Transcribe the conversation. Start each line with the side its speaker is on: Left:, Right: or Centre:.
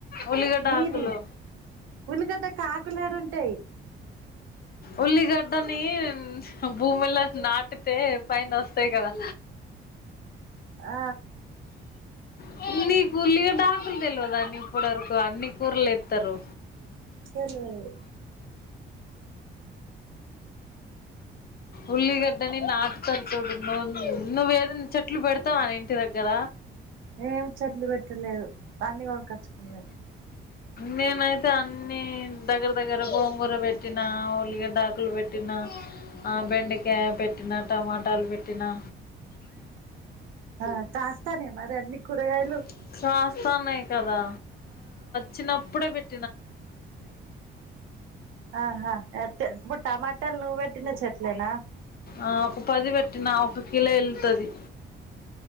Left: ఉల్లిగడ్డ
Right: మీది
Left: ఆకులు
Right: ఉల్లిగడ్డకు ఆకులేడుంటయ్ <unintelligible>
Left: ఉల్లిగడ్డని భూమిలో నాటితే పైనొస్తాయి కదా
Right: ఆ
Left: కున్ని ఉల్లిగడ్డకులు తెల్వదా ఇప్పటి వరకు అన్ని కూరలు ఎతరు
Right: తెల్వది
Left: ఉల్లిగడ్డని నాటుతరు చూడు నువ్వే చెట్లు పెడతావానే ఇంటి దగ్గర
Right: ఏం చెట్లు పెట్టలేదు అన్నీ కొనకోచుకున్లే
Left: నేనైతే అన్నిీ దగ్గర దగ్గర గోంగూర పెట్టినా ఉల్లిగడాకులు పెట్టినా ఆ బెండకాయ పెట్టినా టమాటాలు పెట్టినా
Right: ఆ కాస్తానే మరి అన్ని కూరగాయలు
Left: <unintelligible> సమ కదా చిన్నప్పుడే పెట్
Right: ఆహా ఇప్పుడు టమాటలు నువ్వు పెట్టిన చెట్లేనా
Left: ఆ ఒక పది పెట్టిన ఒక కిలో ఎల్తది